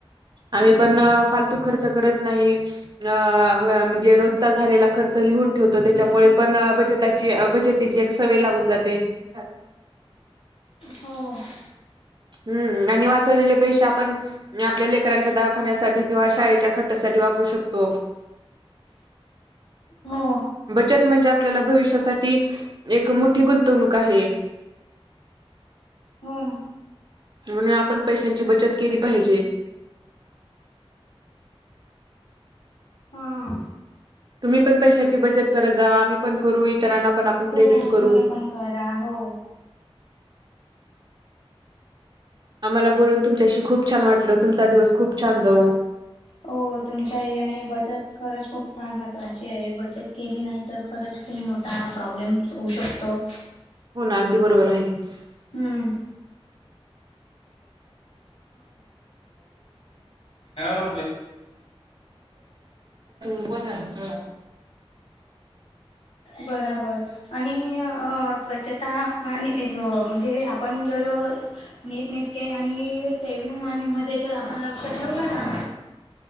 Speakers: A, on the right; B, on the left.
A: आम्ही पण अ फालतू खर्च करत नाहीत <unintelligible> अ म्हणजे रोजचा झालेला खर्च लिहून ठेवतो त्याच्यामुळे अ पण बचताशी ब <unintelligible> त्याची एक सवय लागून जाते. <unintelligible>
B: हो. <unintelligible>
A: हम्म आणि वाचवलेले पैशे आपण <unintelligible> नी आपल्या लेकरांच्या दावाखान्यासाठी किंवा शाळेच्या खर्चसाठी वापरू शकतो.
B: हम्म. <unintelligible>
A: बचत म्हणजे आपल्याला भविष्यासाठी एक मोठी गुंतवणूक आहे.
B: हो ना
A: म्हणून आपण पैशांची बचत केली पाहिजे. <unintelligible>
B: हम्म. <unintelligible>
A: तुम्ही पण पैशाची बचत करत जावा आम्ही पण करू इतरांना पण आपण प्रेरित
B: हो
A: करूं.
B: तुम्ही पण करा हो <unintelligible>
A: आम्हाला बोलून तुमच्याशी खूप छान वाटलं तुमचा दिवस खूप छान जा
B: हो तुमच्याही आणि बचत खरच खूप फार महत्त्वाची आहे बचत केली नाही तर खरंच खूप मोठा प्रॉब्लेम्स होऊ शकतो.
A: हो ना अगदी बरोबर आहे. <unintelligible>
B: हम्म हो. <unintelligible>
A: खू अंचळ <unintelligible>
B: बराबर <unintelligible> आणि अ स्वच्छता आणि ओ आणि म्हणजे आपण जर नीटनटके आणि सेवि्हंग मनी मध्ये आपण लक्ष ठेवलं ना